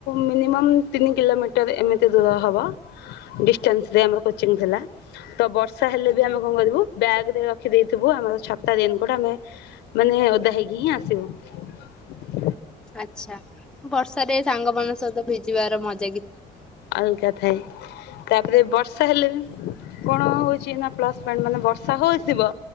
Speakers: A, on the left; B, in the centre.
A: ମିନିମମ୍ ତିିନି କିଲୋମିଟର ଏମିତି ଦୂର ହବ, ଡିଷ୍ଟାନ୍ସରେ ଆମର କୋଚିଂ ଥିଲା, ତ ବର୍ଷ ର୍ଷା ହେଲେ
B: ଆଚ୍ଛା
A: ବି ଆମେ କଣ କରିବୁ ବ୍ୟାଗରେ ରଖ୍ ଖି ଦେଇଥିବୁ ଆମର ଛତା ରେନକୋଟ୍ ଆମେ ମାନେ ଓଦା ହେଇକି ହିଁ ଆସିବୁ।
B: ଆଛା ବର୍ଷ ରେ ସାଙ୍ଗମାନଙ୍କ ସହିତ ଭିଜିବାର ମଜ୍
A: ଅଲଗା ଥାଏ, ତାପରେ ବର୍ଷା ହେଲେ ବି କଣ ହୋଉ ଛିନା ପ୍ଲସ୍ ପଏଣ୍ଟ ମାନେ ବର୍ଷା ହୋଉଥିବ